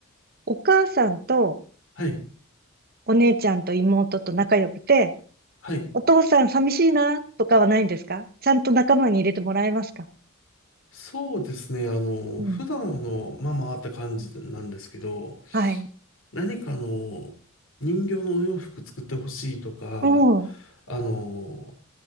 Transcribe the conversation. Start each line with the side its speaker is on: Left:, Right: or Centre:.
Right: お母さんと
Left: はい、
Right: お姉ちゃんと妹と仲良くて、
Left: はい。
Right: お父さん寂しいなとかはないんですかちゃんと仲間に入れてもらえますか
Left: そうですね。あの、
Right: うん。
Left: 普段はあの、まあまあって感じなんですけど、
Right: はい。
Left: 何かあの、人形のお洋服作ってほしいとか、
Right: うん。
Left: あの、